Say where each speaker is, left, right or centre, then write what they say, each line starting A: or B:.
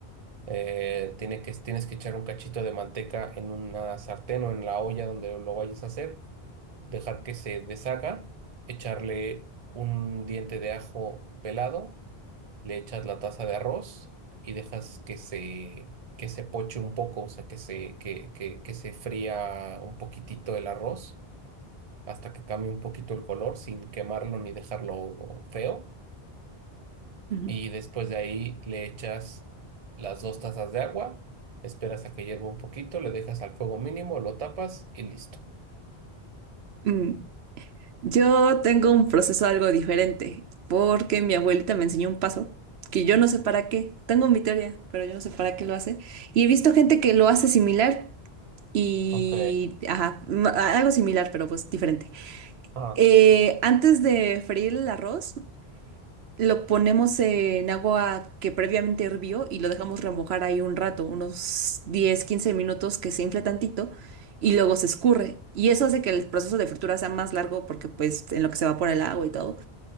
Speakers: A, on the right; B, on the right.
A: Eh, tiene que, tienes que echar un cachito de manteca en una sartén o en la olla donde lo vayas a hacer, dejar que se deshaga, echarle un diente de ajo pelado le echas la taza de arroz y dejas que se, que se poche un poco, o sea, que se, que, que, que se fría un poquitito el arroz hasta que cambie un poquito el color sin quemarlo ni dejarlo feo.
B: Ujú.
A: Y después de ahí le echas las dos tazas de agua, esperas a que hierva un poquito, le dejas al fuego mínimo, lo tapas y listo.
B: Mm. Yo tengo un proceso algo diferente, porque mi abuelita me enseñó un paso que yo no sé para qué. Tengo mi teoría, pero yo no sé para qué lo hace. Y he visto gente que lo hace similar y,
A: Ok,
B: ajá, m- algo similar, pero pues diferente.
A: ah,
B: Eh, antes de freír el arroz, Lo ponemos en agua que previamente hirvió y lo dejamos remojar ahí un rato, unos 10 15 minutos que se infle tantito y luego se escurre. Y eso hace que el proceso de fritura sea más largo porque pues en lo que se evapora el agua y todo.